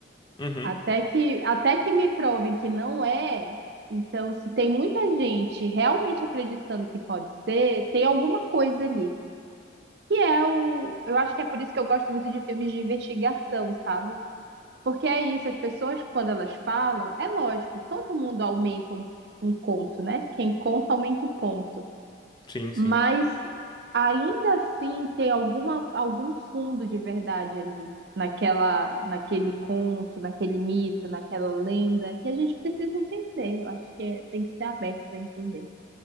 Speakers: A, on the left; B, on the right.
A: Uhum,
B: Até que, até que me provem que não é, então se tem muita gente realmente acreditando que pode ser, tem alguma coisa ali. Que é o, eu acho que é por isso que eu gosto muito de filmes de investigação, sabe? Porque é isso, as pessoas, quando elas falam, é lógico, todo mundo aumenta um, um conto, né? Quem conta aumenta o ponto.
A: sim, sim.
B: Mas ainda assim tem alguma, algum fundo de verdade ali, naquela, naquele conto, naquele mito, naquela lenda, que a gente precisa entender. Eu acho que é- tem que ser aberto para entender.